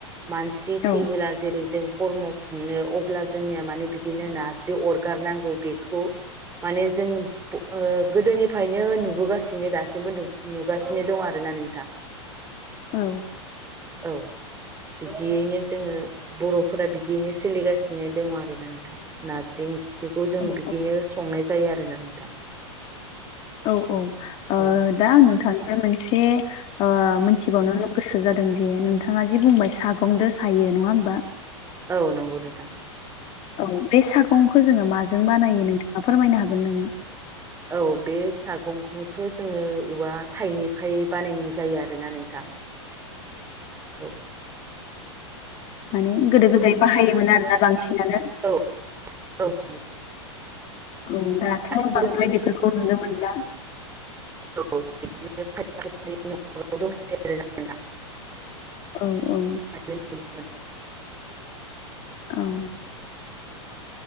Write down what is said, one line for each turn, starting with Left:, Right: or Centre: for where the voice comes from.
Right: मानसि
Left: औ
Right: थैबोला जेरै जों खर्म खुंनो अब्ला जोंनिया माने बिदिनो नारजि अरगारनांगौ बेखौ माने जों ओ गोदोनिफ्रायनो नुबोगासिनो दासिमबो नुगासिनो दं आरोना नोंथां।
Left: औ
Right: औ बिदियैनो जोङो बर' फोर बिदियैनो सोलिगासिनो दङ आरोना नोंथां नारजि ओंख्रिखौ जों
Left: औ
Right: बिदिनो संनाय जायो आरोना नोंथा
Left: औ-औ ओ
Right: औ
Left: दा आं नोंथांनिफ्राय मोनसे ओ मिथिबावनो गोसो जादों जे नोंथाङा जे बुंबाय सागंदो सायो नङा होमबा
Right: औ नंगौ नोंथां
Left: औ बे सागंखौ जोङो माजों बानायो नोंथाङा फोरमायनो हागोन नामा
Right: औ बे सागंखौथ' जोङो औवा थाइनिफ्राय बानायनाय जायो आरोना नोंथां औ
Left: माने गोदो गोदाय बाहायोमोन आरोना बांसिनानो
Right: औ-औ
Left: औ दाथ'
Right: दासिमबो
Left: बांद्राय
Right: जों
Left: बेफोरखौ नुनो मोनला
Right: औ <unintelligible>
Left: औ-औ
Right: द <unintelligible>
Left: औ